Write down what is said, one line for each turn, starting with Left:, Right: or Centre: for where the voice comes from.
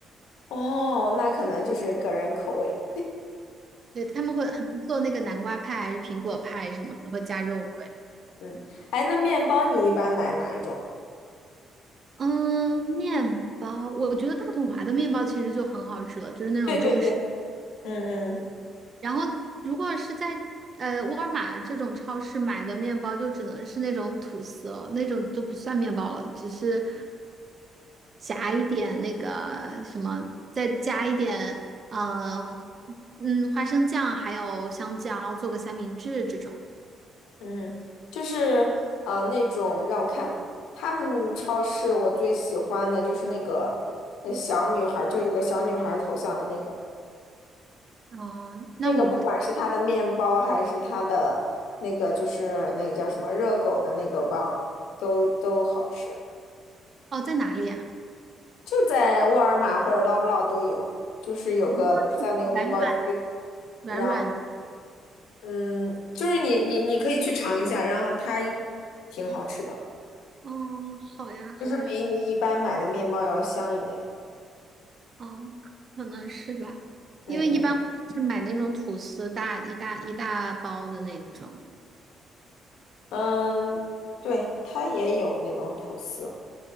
Left: 哦，那可能就是个人口味。
Right: 对，他们会很做那个南瓜派还是苹果派什么的，会加肉桂。
Left: 嗯，哎，那面包你一般买哪一种？
Right: 嗯，面包，我觉得大统华的面包其实就很好吃了，就是那种中式。
Left: 对对对，嗯嗯
Right: 然后如果是在呃沃尔玛这种超市买的面包，就只能是那种吐司了，那种就不算面包了，只是夹一点那个什么，再加一点呃嗯花生酱，还有香蕉，做个三明治这种。
Left: 嗯，就是啊，那种让我看，他们超市我最喜欢的就是那个呃小女孩儿，就有个小女孩儿头像的那个，
Right: 哦，那我不
Left: 那个不管是它的面包还是它的那个就是那个叫什么热狗的那个棒，都都好吃。
Right: 哦在哪里呀？
Left: 就在沃尔玛或者捞不捞都有，就是有个就是在那个面包区，
Right: 嗯软软软软
Left: 然后嗯，就是你你你可以去尝一下，然后它应挺好吃的，
Right: 哦，好呀，
Left: 就是比你一般买的面包要香一点。
Right: 好呀，哦，可能是吧，
Left: 嗯嗯
Right: 因为一般我是买那种吐司大一大一大包的那种。
Left: 嗯，对，它也有那种吐司。